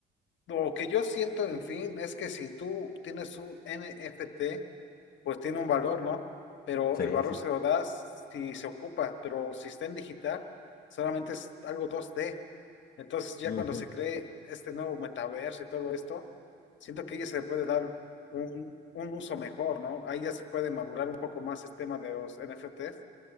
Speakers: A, on the left; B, on the left.
A: Lo que yo siento, en fin, es que si tú tienes un NFT, pues tiene un valor, ¿no? Pero
B: Sí,
A: el valor
B: sí.
A: se lo das si se ocupa, pero si está en digital, solamente es algo dos d entonces, ya
B: Ujú.
A: cuando se cree este nuevo metaverso y todo esto, siento que ahí ya se le puede dar un, un uso mejor, ¿no? Ahí ya se puede madurar un poco más este tema de los NFTs.